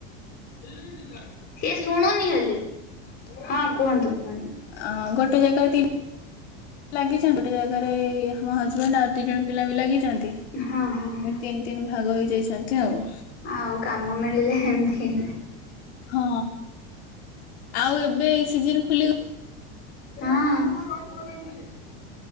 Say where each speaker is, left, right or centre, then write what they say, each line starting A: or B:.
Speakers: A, on the left; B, on the left.
A: ସିଏ ଶୁଣୁନି ହେଲେ, ହଁ କୁହନ୍ତୁ? କୁହନ୍ତୁ
B: ଅ ଗୋଟେ ଜାଗାରେ ତିନି ଲାଗିଛନ୍ତି, ଗୋଟେ ଜାଗାରେ ଆମ ହଜବେଣ୍ଡ ଆଉ ଦି ଜଣ ପିଲା ବି ଲାଗି ଏମିତି
A: ହଁ ହଁ ହଁ।
B: ତିନି, ତିନି ଭାଗ ହେଇଯାଇଛନ୍ତି ଆଉ!
A: ଆଉ କାମ ମିଳିଲେ ଏମତି
B: ହଁ ଆଉ ଏବେ ସିଜିନ୍ ଖୁଲିବ
A: ହଁ